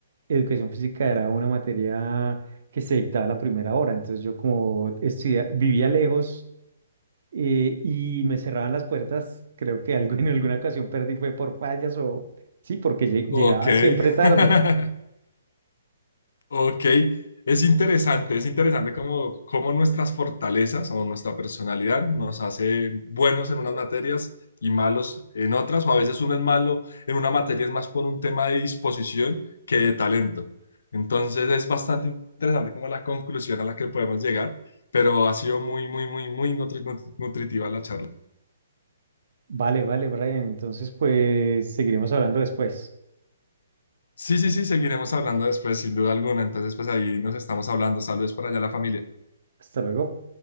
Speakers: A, on the right; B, on the left.
A: educación física era una materia que se dictaba a la primera hora, entonces yo como estudia- vivía lejos. eh, y me cerraban las puertas. Creo que algo, <laughs> en alguna ocasión perdí fue por fallas o sí, porque lle- llegaba
B: Ok.
A: siempre Sí. tarde.
B: <laughs> Ok, es interesante, es interesante cómo, cómo nuestras fortalezas o nuestra personalidad nos hace buenos en unas materias y malos en otras, o a veces uno es malo en una materia es más por un tema de disposición que de talento. Entonces es bastante interesante como la conclusión a la que podemos llegar, pero ha sido muy, muy, muy, muy nutri- nut- nutritiva la charla.
A: Vale, vale, Brian. Entonces, pues seguiremos hablando después.
B: Sí, sí, sí, seguiremos hablando después, sin duda alguna. Entonces, pues ahí nos estamos hablando. Saludos para allá a la familia.
A: Hasta luego.